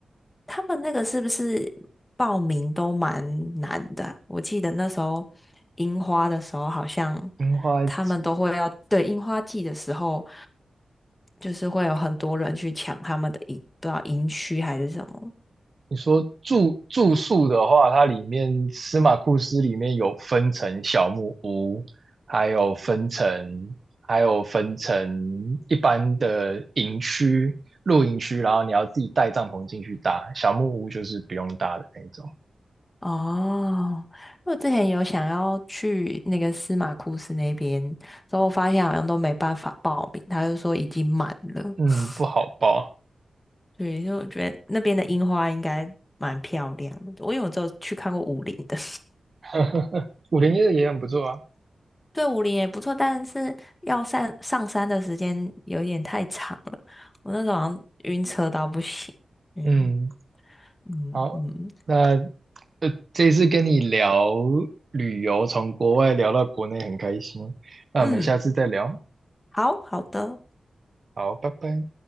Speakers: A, on the left; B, on the right.
A: 他们那个是不是报名都蛮难的啊我记得那时候樱花的时候，好像
B: 樱花季，
A: 他们都会要，对，樱花季的时候，就是会有很多人去抢他们的营，不知道营区还是什么。
B: 你说住住宿的话，它里面司马库斯里面有分成小木屋，还有分成还有分成一般的营区、露营区，然后你要自己带帐篷进去搭。小木屋就是不用搭的那种，
A: 哦，我之前有想要去那个司马库斯那边，之后发现好像都没办法报名，他就说已经满了。
B: 嗯，
A: <laughs>
B: 不好包。
A: 对，因为我觉得那边的樱花应该蛮漂亮的，我因为我只有去看过武陵的。
B: <laughs> 五零一的也很不错啊。
A: 对，武陵也不错，但是要上上山的时间有点太长了，我那时候好像晕车到不行。嗯
B: 嗯，
A: 嗯嗯
B: 好，那呃，这次跟你聊旅游，从国外聊到国内很开心，那我们下次再聊。
A: 嗯，好好的。
B: 好，拜拜。